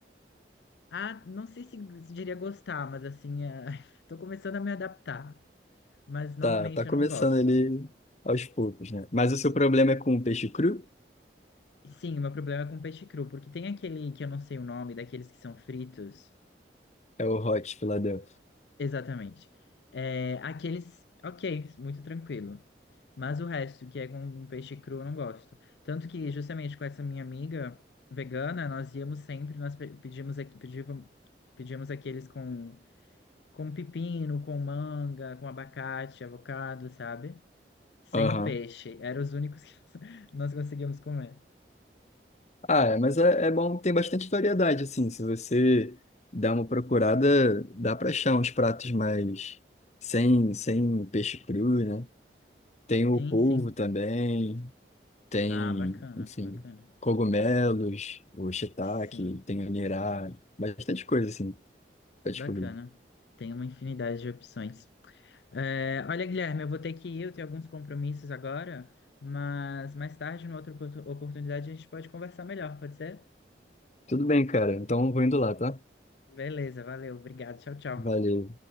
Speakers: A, on the left; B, on the left.
A: a, não sei se, se diria gostar, mas assim, estou <laughs> começando a me adaptar. Mas normalmente
B: tá, tá
A: eu
B: começando
A: não gosto.
B: ali aos poucos, né? Mas o seu problema é com o peixe cru?
A: E sim, o meu problema é com peixe cru, porque tem aquele que eu não sei o nome, daqueles que são fritos.
B: É o Hot Philadelphia.
A: Exatamente. É, aqueles, ok, muito tranquilo. Mas o resto, que é com um peixe cru, eu não gosto. Tanto que, justamente com essa minha amiga vegana, nós íamos sempre, nós pe- pedíamos, aqui- pedíamos, pedíamos aqueles com, com pepino, com manga, com abacate, avocado, sabe? Sem
B: Aham.
A: o peixe. Eram os únicos que <laughs> nós conseguíamos comer.
B: Ah, é, mas é, é bom, tem bastante variedade, assim. Se você dá uma procurada, dá pra achar uns pratos mais sem, sem peixe cru, né? Tem o
A: Sim,
B: polvo
A: sim.
B: também, tem,
A: Ah, bacana,
B: enfim,
A: bacana.
B: cogumelos, o shiitake,
A: Sim,
B: tem o nirá, bastante coisa, assim, pra descobrir.
A: bacana. Tem uma infinidade de opções. É, olha, Guilherme, eu vou ter que ir, eu tenho alguns compromissos agora, mas mais tarde, numa outra oportu- oportunidade, a gente pode conversar melhor, pode ser?
B: Tudo bem, cara. Então vou indo lá, tá?
A: Beleza, valeu, obrigado, tchau, tchau.
B: Valeu.